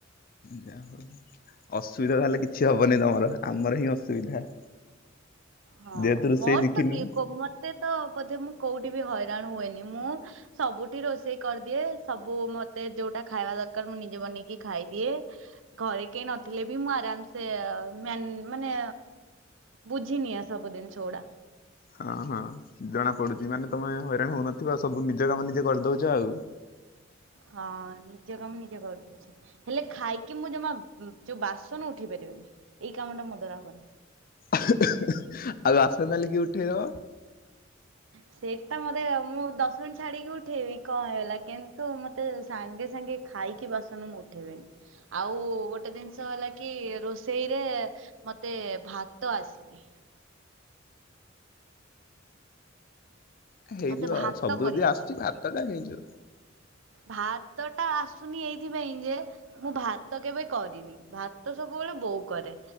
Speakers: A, on the left; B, on the right.
A: ଯା ହଉ ଅସୁବିଧା ତାହେଲେ କିଛି ହବନି ତମର ଆମର ହିଁ ଅସୁବିଧା।
B: ହଁ
A: ଯେହେତୁ ରୋଷେଇ
B: ମୋର
A: ଶିଖିନୁ
B: ତ କିଏ କୋ ମତେ ତ ବୋଧେ ମୁଁ କୋଉଠି ବି ହଇରାଣ ହୁଏନି ମୁଁ ସବୁଠି ରୋଷେଇ କରିଦିଏ ସବୁ ମତେ ଯୋଉଟା ଖାଇବା ଦରକାର ମୁଁ ନିଜେ ବନେଇକି ଖାଇଦିଏ। ଘରେ କେହି ନଥିଲେ ବି ମୁଁ ଆରାମସେ ମ୍ୟା ମାନେ ବୁଝିନିଏ ଆ ସବୁ ଜିନିଷ ଉଡା।
A: ହଁ ହଁ ଜଣା ପଡୁଛି ମାନେ ତମେ ହଇରାଣ ହଉନଥିବ ସବୁ ନିଜ କାମ ନିଜେ କରିଦଉଛ ଆଉ।
B: ହଁ ନିଜେ କାମ ନିଜେ କରିଦେଇଛି। ହେଲେ ଖାଇକି ମୁଁ ଜମା ଯୋଉ ବାସନ ଉଠେଇ ପାରିବିନି ଏଇ କାମ ଟା ମୋ ଦ୍ଵାରା ହବନି।
A: ଆଉ ଆସନ କାଲି କିଏ ଉଠେଇବ।
B: ସେଇଟା ମତେ ମୁଁ ଦଶ ମିନିଟ୍ ଛାଡିକି ଉଠେଇବି କଣ ହେଲା କିନ୍ତୁ ମତେ। ସାଙ୍ଗେ ସାଙ୍ଗେ ଖାଇକି ବାସନ ମୁଁ ଉଠେଇବିନି। ଆଉ ଗୋଟେ ଜିନିଷ ହେଲା କି ରୋଷେଇରେ। ମତେ ଭାତ ଆସିନି।
A: ହେଇଯିବ
B: ମତେ ଭାତ
A: ସବୁ
B: କରି
A: ଯଦି ଆସୁଛି
B: ଆସିନି।
A: ଭାତ। ତଟା ହେଇଯିବ।
B: ଭାତ ଟା ଆସୁନି ଏଇଥିପାଇଁ ଯେ। ମୁଁ ଭାତ କେବେ କରିନି ଭାତ ସବୁବେଳେ ବୋଉ କରେ।